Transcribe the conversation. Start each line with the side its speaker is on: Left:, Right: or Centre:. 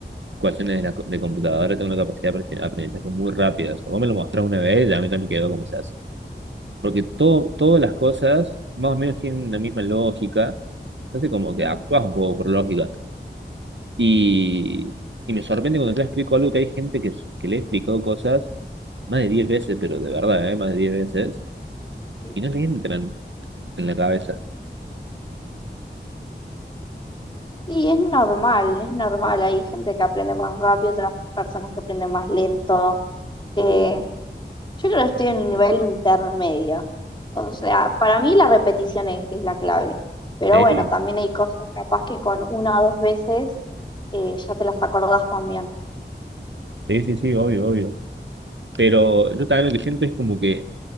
Right: ecuaciones de, la, de computadora, tengo una capacidad de apre- aprendizaje muy rápida. O sea, vos me lo mostrás una vez y a mí también quedó como se hace. Porque todo, todas las cosas más o menos tienen la misma lógica. Entonces como que
Left: Mm,
Right: actúas un poco por lógica. Y, y me sorprende cuando te explico algo que hay gente que, que le he explicado cosas más de 10 veces, pero de verdad, ¿eh? Más de 10 veces,
Left: Sí,
Right: y no le entran en la cabeza.
Left: Sí, es normal, es normal. Hay gente que aprende más rápido, otras personas que aprenden más lento. Eh, Yo creo que estoy en un nivel intermedio. O sea, para mí la repetición es, es la clave. Pero
Right: Sí,
Left: bueno, también hay cosas capaz que con una o dos veces eh, ya te las acordás también.
Right: sí, sí, sí, obvio, obvio. Pero yo también lo que siento es como que